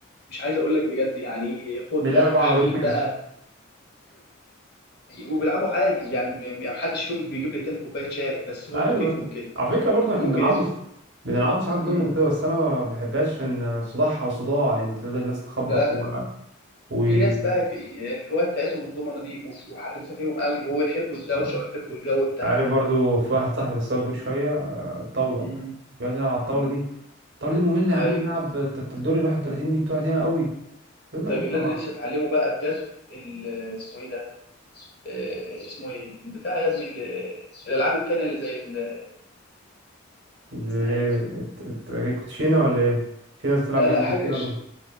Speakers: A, on the left (about 50°); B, on the right (about 55°).
A: مش عايز اقول لك بجد يعني خد
B: بيلعبوا
A: بقى تحفيل
B: على بيت ميل
A: بقى وبيلعبوا عادي يعني م- م- محدش فيهم بيجيب لي تاني كوبايه شاي بس هما
B: ايوه
A: كيفهم
B: ايوه
A: كده
B: على فكره برضه
A: وممكن
B: احنا بنلعبوا
A: يزعل
B: س- بنلعبوا ساعات دومينو
A: امم
B: كده بس انا ما بحبهاش ان صداعها وصداع يعني تفضل الناس تخبط
A: لا لا
B: و... و...
A: في ناس بقى ك- الهوايه بتاعتهم الضمنه دي وف- وحريفه فيهم قوي هو يحبوا الدوشه
B: آه.
A: ويحبوا الجو بتاعها
B: عارف
A: ده
B: برضو في واحد صاحبي بس هو اكبر شويه آه، الطاوله
A: امم
B: بيقعد يلعب على الطاوله
A: امم
B: دي الطاوله دي ممله يا
A: ايوه
B: عم نلعب الت- الت- الدور ال 31 دي بتقعد ياما قوي يقول لك
A: طيب
B: يا باشا
A: اللي انا لسه اتعلمه بقى بجد ال- اسمه ايه ده آه، اسمه ايه البتاع يا ابني ال- الالعاب التانيه اللي زي ال-
B: دي
A: اسمها ايه
B: الت- الت- إيه، كوتشينه ولا ايه في ناس بتلعب
A: لا
B: جنب
A: لا
B: الكوتشينه
A: حاجه
B: برضه